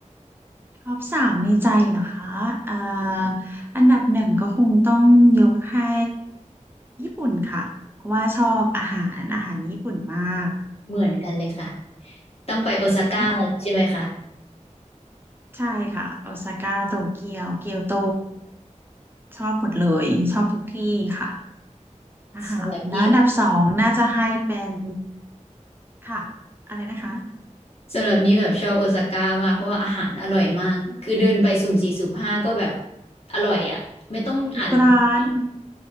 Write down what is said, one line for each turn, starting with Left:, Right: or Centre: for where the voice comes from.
Right: ท็อปสามในใจเหรอคะเอ่ออันดับหนึ่งก็คงต้องยกให้ญี่ปุ่นค่ะเพราะว่าชอบอาหารอาหารญี่ปุ่นมาก
Left: เหมือนกันเลยค่ะต้องไปโอซาก้ามาแล้วใช่ไหมคะ
Right: ค่ะใช่ค่ะโอซาก้าโตเกียวเกียวโตชอบหมดเลยชอบทุกที่ค่ะอาหารแล้วอันดับสองน่าจะให้เป็น
Left: สำหรับนี่
Right: ค่ะอะไรนะคะ
Left: สำหรับนี่แบบชอบโอซาก้ามากเพราะว่าอาหารอร่อยมากคือเดินไปสุ่มสี่สุ่มห้าก็แบบอร่อยอ่ะไม่ต้องอ่านรีวิว
Right: ทุกร้าน